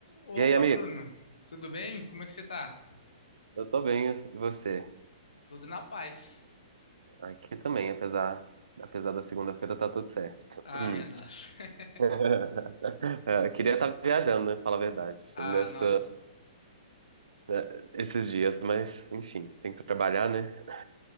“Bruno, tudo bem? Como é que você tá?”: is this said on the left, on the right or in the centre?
Left